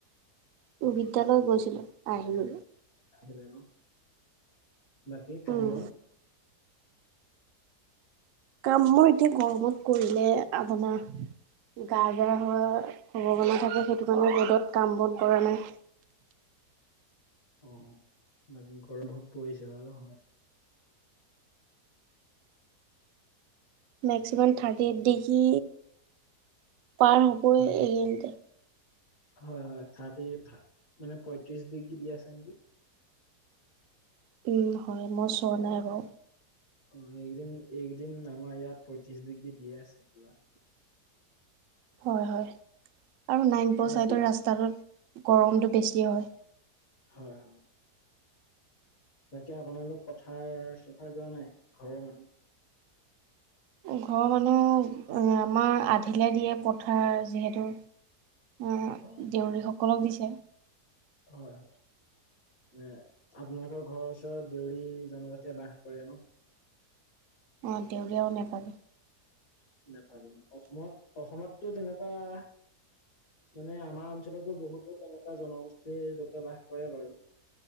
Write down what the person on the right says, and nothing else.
উ বিদ্যালয় গৈছিলো আহিলো।
উম
কাম মই এতিয়া গৰমত কৰিলে আপোনাৰ গা ধেৰা হোৱাৰ সম্ভাৱনা থাকে সেইটো কাৰণে ৰ'দত কাম বন কৰা নাই।
Maximum thirty degree. পাৰ হ'বই
এইখিনতে।
উম, হয় মই চোৱা নাই বাৰু।
হয় হয়, আৰু নাইনপুৰ
চাইদৰ ৰাস্তাটোত। গৰমটো বেছি হয়।
ঘৰৰ মানুহ আমাৰ আধিলে দিয়ে পথাৰ যিহেতু অ'
দেউৰী সকলক দিছে।
অ', দেউৰী আৰু নেপালী।